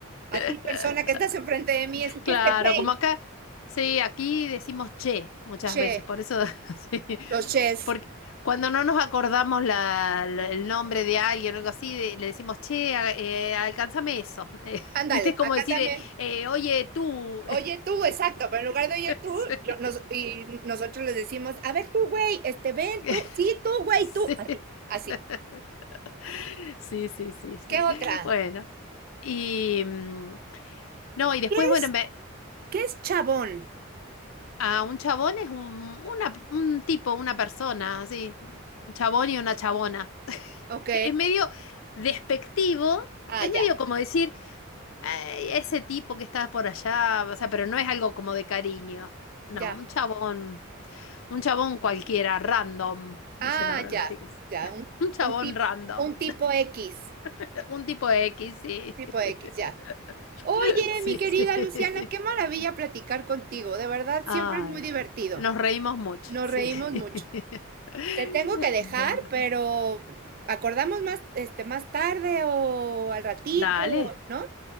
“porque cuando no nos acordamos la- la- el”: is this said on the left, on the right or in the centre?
Left